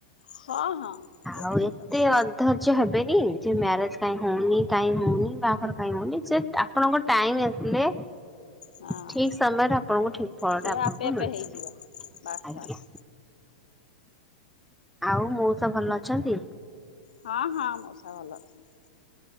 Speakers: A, on the left (about 85°); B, in the centre.
A: ହଁ ହଁ
B: ଆଉ
A: ସେଇଟା ସତ
B: ଏତେ
A: କଥା।
B: ଅ ଧର୍ଯ୍ୟ ହେବେନି ଯେ ମ୍ୟାରେଜ କାଇଁ ହଉନି କାଇଁ ହଉନି ବାହାଘର କାଇଁ ହଉନି ସେ ଆପଣଙ୍କ ଟାଇମି ଆସିଲେ
A: ହଁ।
B: ଠିକ ସମୟରେ ଆପଣଙ୍କୁ ଠିକ ଫଳଟା
A: ସେ
B: ଆପଣଙ୍କୁ
A: ଆପେ ଆପେ
B: ମିଳିଯିବ
A: ହେଇଯିବ ବାସ୍
B: ଆଜ୍ଞା।
A: ବାସ୍।
B: ଆଉ ମଉସା ଭଲ ଅଛନ୍ତି?
A: ହଁ ହଁ ମଉସା ଭଲ ଅଛନ୍ତି।